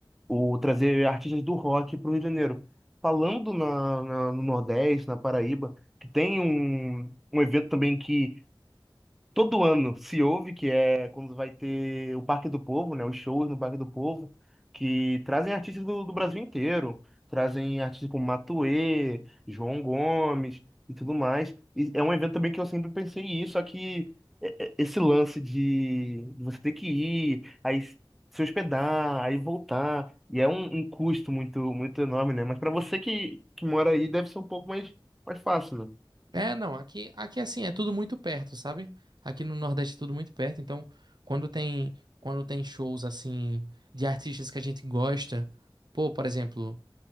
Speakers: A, in the centre; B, on the right.
A: o trazer artistas do rock para o Rio de Janeiro. Falando na, na- no Nordeste, na Paraíba, que tem um, um evento também que Todo ano se ouve que é quando vai ter o Parque do Povo, né? Os shows no Parque do Povo, que trazem artistas do, do Brasil inteiro. Trazem artistas como Matuê, João Gomes e tudo mais. E é um evento também que eu sempre pensei em ir, só que é- é- esse lance de você ter que ir, aí se hospedar, aí voltar, e é um, um custo muito, muito enorme, né? Mas para você que, que mora aí, deve ser um pouco mais, mais fácil, né?
B: É, não, aqui, aqui assim, é tudo muito perto, sabe? Aqui no Nordeste é tudo muito perto, então quando tem, quando tem shows assim de artistas que a gente gosta, pô, por exemplo,